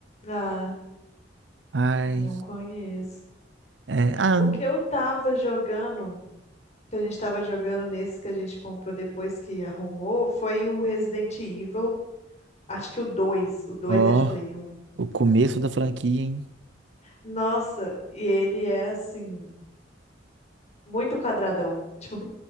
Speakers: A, on the left; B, on the right.
A: Ah,
B: Ai,
A: não conheço.
B: é, ah,
A: O que eu tava jogando. que a gente estava jogando nesse que a gente comprou depois que arrumou foi o Resident Evil, acho que o dois o 2
B: ó,
A: é de Play 1.
B: o começo da franquia, hein?
A: Nossa, e ele é assim, muito quadradão. Tipo,